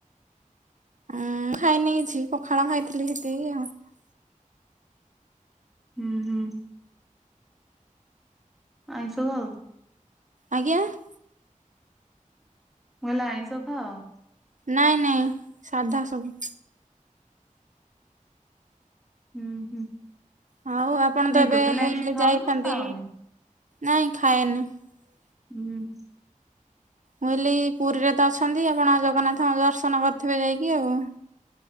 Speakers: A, on the right; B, in the centre.
A: ହଁ ଖାଇନି କିଛି ପଖାଳ ଖାଇଥିଲି ସେଠକି ଆଉ <unintelligible>
B: ହୁଁ ହୁଁ <unintelligible> ଆଇଷ ଆଉ <unintelligible>
A: ଆଜ୍ଞା <inaudible>
B: ଗଲେ ଆଇ ସଖା <unintelligible>
A: ନାଇଁ ନାଇଁ ସାଧା ସବୁ <unintelligible>
B: ହୁଁ ହୁଁ <unintelligible>
A: ହଉ ଆପଣ
B: ନାଇଁ
A: ତ ଏବେ
B: ଟୋଟାଲି ଆଇଁଷ ଖାଅ
A: ଯାଇଛନ୍ତି
B: ନା ଖାଅନି
A: ନାଇଁ ଖାଏନି <unintelligible>
B: ହୁଁ <unintelligible>
A: ବୁିଲି ପୁରୀରେ ତ ଅଛନ୍ତି ଆପଣ ଜଗନ୍ନାଥ ଦର୍ଶନ କରିଥିବେ ଯାଇକି ଆଉ <inaudible>